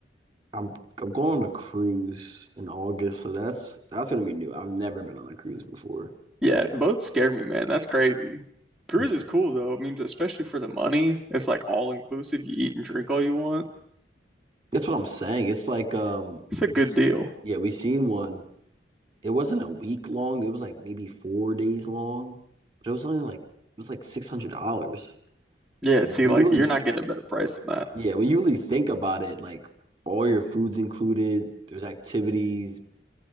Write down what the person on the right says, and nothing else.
I'm, I'm going on a cruise in August, so that's that's gonna be new. I've never been on a cruise before.
Yeah,
that's what I'm saying. It's like, um,
we,
s-
yeah, we seen one. It wasn't a week long. It was like maybe four days long, but it was only like it was like six hundred dollars.
But
when
you really,
yeah, when you really think about it, like all your food's included. There's activities,